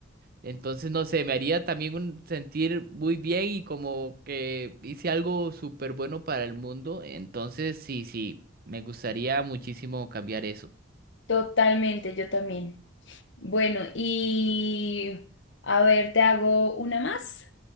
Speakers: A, on the right; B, on the left.
A: Entonces, no sé, me haría también un, sentir muy bien y como que hice algo súper bueno para el mundo. Entonces, sí, sí, me gustaría muchísimo cambiar eso.
B: totalmente, yo también. Bueno, y a ver, te hago una más.